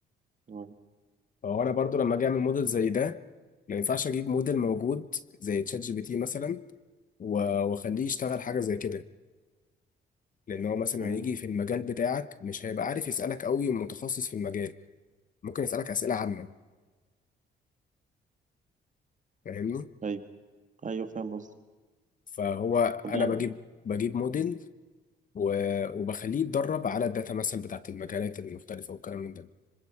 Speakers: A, on the right; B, on the left.
A: آه،
B: فهو انا برضو لما اجي اعمل موديل زي ده ما ينفعش اجيب موديل موجود زي تشات جي بي تي مثلا و- واخليه يشتغل حاجة زي كده لأن هو مثلا
A: تمام
B: هيجي في المجال بتاعك مش هيبقى عارف يسألك قوي متخصص في المجال ممكن يسألك أسئلة عامة فاهمني
A: ايوه ايوه فاهم قصدك
B: فهو أنا
A: طب يعني
B: بجيب بجيب موديل و- وبخليه يتدرب على الداتا مثلا بتاعت المجالات المختلفة والكلام من ده